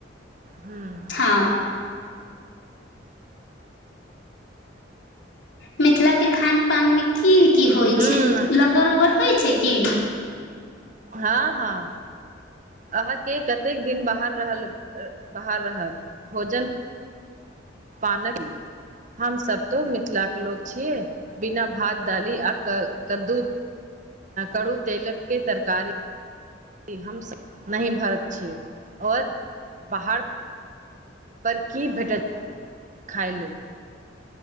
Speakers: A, on the right; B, on the left.
A: हुं।
B: हाँ मिथिलाके खान पान मे कि की होइ
A: हूँ
B: छै लगर उगर होइ छै की?
A: हाँ हाँ अहाँके कतेक दिन बाहर रहल बाहर रहब भोजन पानक हमसभ तो मिथिलाके लोक छियै। बिना भात दडाली आ कद्दू कड़ू तेलक के तरकारी। हमसब नई भारत छियै और ओहे बाहर पर की भेटत खााय लेल।